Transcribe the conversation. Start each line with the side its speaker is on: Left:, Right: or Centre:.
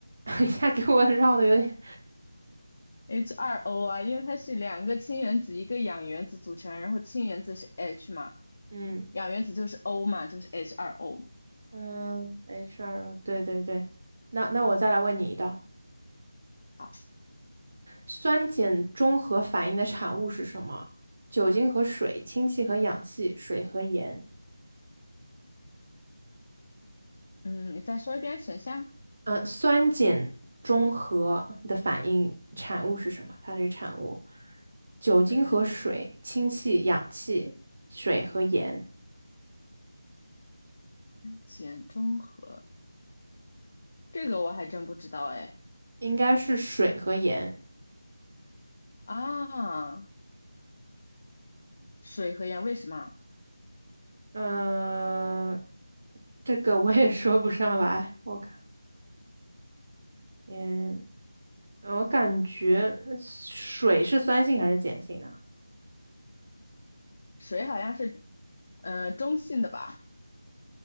Right: <laughs> 一下给我绕的有点，
Left: h 二 o 啊，因为它是两个氢原子一个氧原子组成，然后氢原子是 H 嘛，
Right: 嗯。
Left: 氧原子就是 O 嘛，就是 h 二 o
Right: 嗯，HR，对对对，那那我再来问你一道，
Left: 嗯。好。
Right: 酸碱中和反应的产物是什么？酒精和水，氢气和氧气，水和盐。
Left: 嗯，你再说一遍选项。
Right: 呃，酸碱中和的反应产物是什么？它这个产物，酒精和水、
Left: 嗯，
Right: 氢气、氧气、水和盐，
Left: 碱中和，这个我还真不知道哎。
Right: 应该是水和盐。
Left: 啊，水和盐为什么？
Right: 嗯、这个我也说不上来，我看，嗯。我感觉呃水是酸性还是碱性的？
Left: 水好像是呃中性的吧，